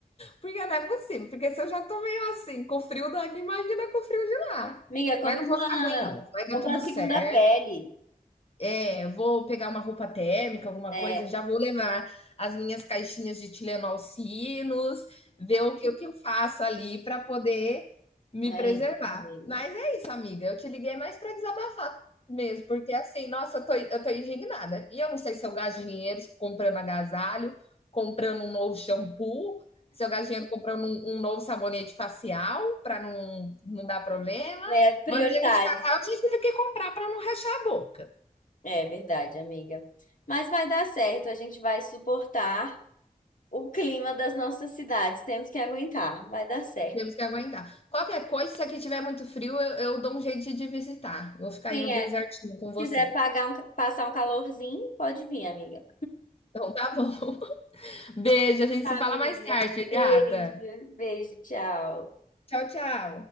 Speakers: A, on the left; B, on the left.
A: porque não é possível, porque se eu já tô meio assim, com o frio daqui, imagina com o frio de lá.
B: Amiga, compra
A: Mas não
B: uma,
A: vou ficar ruim não, vai dar
B: compra
A: tudo
B: uma
A: certo.
B: segunda pele.
A: É, vou pegar uma roupa térmica, alguma
B: É,
A: coisa, já vou levar as minhas caixinhas de Tilenol Sinos, ver o que, o que eu faço ali para poder me
B: aí,
A: preservar.
B: amiga.
A: Mas é isso, amiga. Eu te liguei mais para desabafar mesmo, porque assim, nossa, eu tô, eu tô indignada. E eu não sei se eu gasto dinheiro comprando agasalho, comprando um novo shampoo, se eu gasto dinheiro comprando um, um novo sabonete facial para não, não dar problema.
B: É prioridade.
A: Manteiga de cacau, a gente teve que comprar para não rachar a boca.
B: É verdade, amiga. Mas vai dar certo, a gente vai suportar o clima das nossas cidades. Temos que aguentar, vai dar certo.
A: Temos que aguentar. Qualquer coisa, se aqui tiver muito frio, eu, eu dou um jeito de te visitar. Vou ficar
B: Sim,
A: aí no desertinho
B: é.
A: com você.
B: quiser pagar um, passar um calorzinho, pode vir, amiga.
A: Então tá bom. <laughs> Beijo, a gente
B: Amiga,
A: se fala mais tarde, gata.
B: beijo, beijo, tchau.
A: Tchau, tchau.